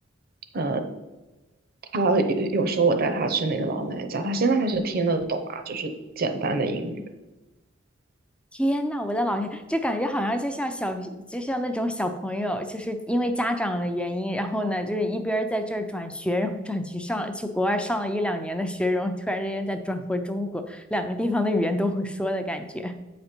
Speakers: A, on the right (about 50°); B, in the centre.
A: 呃，他有有时候我带他去那个老奶奶家，他现在还是听得懂啊，就是简单的英语。
B: 天呐，我的老天，这感觉好像就像小，就像那种小朋友，就是因为家长的原因，然后呢，就是一边儿在这儿转学，然后转去上去国外上了一两年的学，然后突然之间再转回中国，两个地方的语言都会说的感觉。